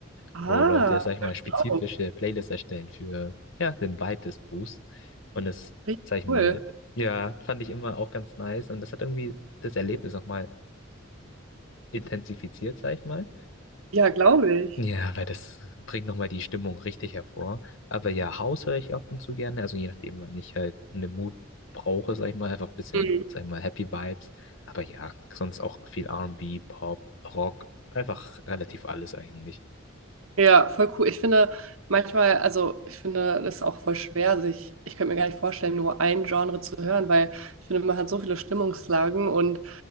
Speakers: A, on the right (about 85°); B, on the left (about 70°).
A: Ah,
B: wo Leute, sag ich mal, spezifische
A: wow.
B: Playlists erstellen für, ja, den Vibe des Buchs. Und das,
A: Richtig
B: sag ich mal,
A: cool.
B: ja, fand ich immer auch ganz nice. Und das hat irgendwie das Erlebnis nochmal intensifiziert, sag ich mal.
A: Ja, glaube
B: Ja, weil das bringt nochmal die Stimmung richtig hervor. Aber ja, House höre ich ab und zu gerne. Also je nachdem, wann ich halt einen Mut brauche, sag ich mal, einfach ein bisschen,
A: ich.
B: sag ich mal, Happy Vibes. Aber ja, sonst auch viel R&B, Pop, Rock, einfach relativ alles eigentlich.
A: Ja, voll cool. Ich finde manchmal, also ich finde das auch voll schwer, sich, ich könnte mir gar nicht vorstellen, nur ein Genre zu hören, weil ich finde, man hat so viele Stimmungslagen und